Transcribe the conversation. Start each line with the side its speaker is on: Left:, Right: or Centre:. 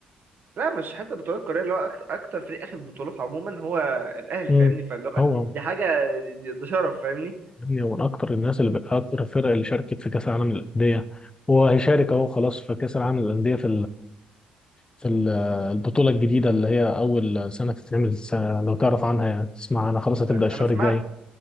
Right: لا مش حتى بطولات قارية اللي هو أكتر, أكتر فريق أخد بطولات عموما هو الأهلي
Left: مم.
Right: فاهمني فاللي هو
Left: هو هو
Right: دي حاجة دي- ده شرف فاهمني
Left: يا ابني هو من اكتر الناس اللي بقى اكتر الفرق اللي شاركت في كاس العالم للانديه وهيشارك اهو خلاص في كاس العالم للانديه في في ال- البطولة الجديدة اللي هي أول سنة تتعمل الس- لو تعرف عنها يعني تسمع عنها خلاص هتبدأ الشهر
Right: أنا سمعت
Left: الجاي